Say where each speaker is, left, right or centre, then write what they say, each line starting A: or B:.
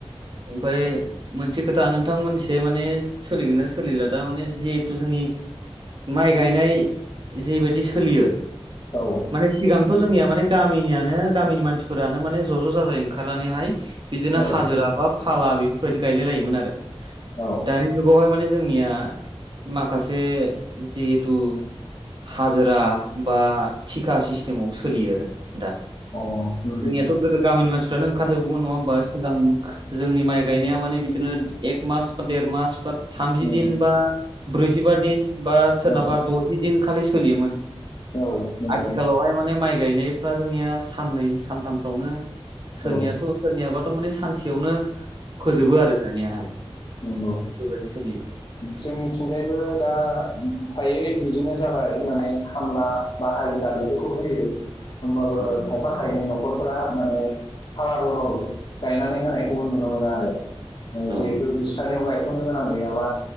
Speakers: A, on the right (about 45°); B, on the left (about 45°).
A: ओमफाय मोनसे खोथा नोंथांमोननिथिजाय माने सोलिगोना सोलिला दा माने जिहेथु जोंनि माइ गायनाय जेबायदि सोलियो
B: औ
A: माने सिगांथ' जोंनिया माने गामिनियानो गामिनि मानसिफोरानो माने ज' ज' जाजाय ओंखा ओंखारनानैहाय बिदिनो
B: औ
A: हाजिरा बा फाला बेफोरबायदि गायलाय लायोमोन आरो।
B: औ
A: दानि जुगावहाय माने जोंनिया माखासे जिहेथु हाजिरा बा थिखा सिस्टेमाव सोलियो आरो। दा
B: अ उम
A: जोंनियाथ' गोदो गामिनि मानसि फ्रानो ओंखार जोबोमोन नङा होम्बा सिगां जोंनि माइ गायनाया माने बिदिनो एक मास बा देर मास बा थामजि
B: उम
A: दिन बा ब्रैजिबा दिन बा सोरनाबा
B: औ
A: द'जि दिन खालि सोलियोमोन।
B: औ नंगौ
A: आथिखालावहाय माने माइ गायनायफ्रा जोंनिया साननै सानथामफ्रावनो सोरनियाथ'
B: औ औ
A: सोरनियाबाथ' माने सानसेयावनो फोजोबो आरो दानियाहाय।
B: नंगौ
A: बेबायदिनो सोलियो
B: जोंनिथिंजायबो दा फ्रायै बिदिनो जाबाय माने खामला बा हाजिरा बेफोरखौ होयो। होमबाबो
A: औ
B: खायफा खायनै न'खर फोरा माने फाला बदल गायनानै होनायखौबो नुनो मोनो आरो ओ
A: औ
B: जिहेथु बिस्रानियाव गायथ'नो गोनां गैयाबा